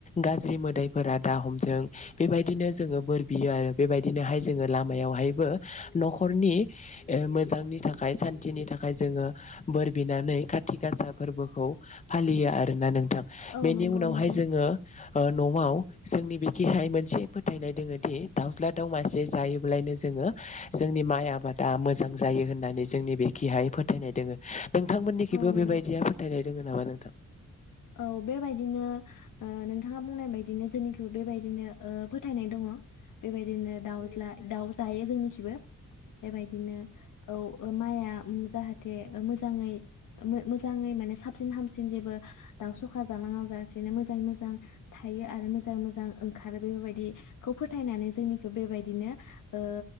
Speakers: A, on the left; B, on the left.
A: गाज्रि मोदैफोरा दा हमदों बेबायदिनो जोङो बोर बियो आरो बेबायदिनोहाय जोङो लामायावहायबो गाज्रि मोन्थायफोरा दाहमथों बे बायदिनो जों बोर बियो आरो बेबादिनो जों लामायावहायबो नखरनि मोजांनि थाखाय सान्थिनि थाखाय जोङो बोर बिनानै खाथि गासा फोरबोखौ फालियो आरोना नों नोंथां थ'
B: औ
A: बेनि
B: नंगौ
A: उनावहाय
B: नोंथां
A: जोङो नआव जोंनि बिखिहाय मोनसे फोथायनाय दोङोदि नआव जोंनि बेखैहाय मोनसे फोथायनाय दोङो दि दाउज्ला दाउ मासे जायोबोला लायनो जोंनि माइ आबादा मोजां जायो होननानै जोंनि बिखिहाय फोथायनाय फोथायनाय दोङो। नोंथांमोननि खैबो
B: औ नंगौ
A: बेबायदिया फोथायनाय लोगो नामा नोंथां
B: औ बे बायदिनो ओ नोंथाङा बुंनाय बायदिनो जोंनिखौबो बेबायदिनो ओ फोथायनाय दङ बेबायदिनो दावज्ला दाउ जायो जोंनिखिबो। बेबायदिनो औ माइआ उम जाहाथे ओ मोजाङै ओ मो-मोजाङै माने साबसिन हामसिन जेबो दाउ सखा जालाङा जाासेनो मोजाङै मोजां थायो आरो मोजाङै मोजां ओंखारो बेफोरबायदिखौ फोथायनानै जोंनिखौबो बेबायदिनो ओ